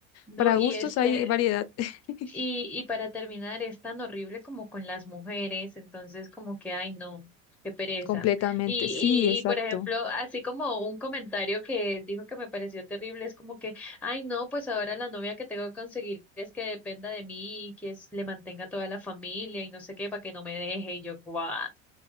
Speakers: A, in the centre; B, on the left.
A: No,
B: para
A: y
B: gustos
A: este,
B: hay variedad. <laughs>
A: Y, y para terminar, es tan horrible como con las mujeres, entonces como que, ay, no, qué pereza.
B: Completamente,
A: Y,
B: sí, exacto.
A: y, y por ejemplo, así como un comentario que dijo que me pareció terrible, es como que, ay, no, pues ahora la novia que tengo que conseguir es que dependa de mí y que es- le mantenga toda la familia y no sé qué, para que no me deje. Y yo, what?